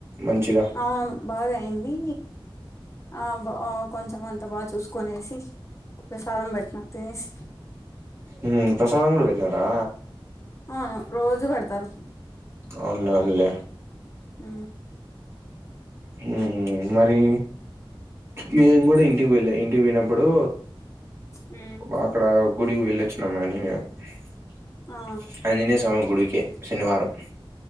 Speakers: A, on the right; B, on the left.
A: మంచిగా.
B: అవును బాగా అయింది ఆ బా కొంచెం అంత బాగా చూసుకొనేసి. ప్రసాదం పెట్నారు తినేసి.
A: ఉ ప్రసాదం గుడా బెట్నారా.
B: అవును రోజు పెడ్తరు.
A: అవునులే అవునులే.
B: ఉ.
A: పహు మరి. నేను గుడా ఇంటికి వెళ్లే ఇంటికి పోయినప్పుడు.
B: ఉ.
A: అక్కడ గుడికి వెళ్ళొచ్చినమ్ మని <unintelligible>
B: ఆ
A: ఆంజనేయ స్వామి గుడికి. శనివారం.